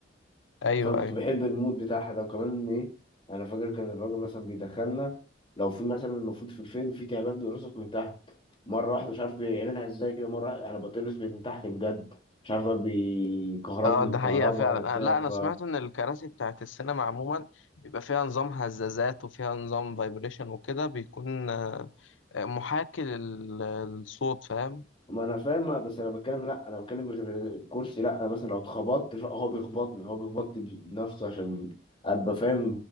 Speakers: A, on the left; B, on the left.
A: ايوه
B: فانا كنت
A: ايوه
B: بحب المود بتاعها ده وكمان ايه انا فاكر كان الراجل مثلا بيدخلنا لو في مثلا المفروض في الفيلم في تعبان بيرقصك من تحت مره واحده مش عارف بيعملها ازاي كده مره واحدة انا بتقرص من تحت بجد مش عارف بقى بيكهربني
A: اه ده
B: بكهرباء
A: حقيقه فعلا
B: ولا بتاع
A: آه، لا
B: ف
A: انا سمعت ان الكراسي بتاعت السينما عموما بيبقى فيها نظام هزازات وفيها نظام فايبريشن وكده بيكون آه، آه، محاكي لل- للصوت فاهم
B: ما انا فاهم بس انا بتكلم لا انا بتكلم غير الكرسي لا انا مثلا لو اتخبطت لا، هو بيخبطني هو بيخبطني بنفسه عشان ابقى فاهم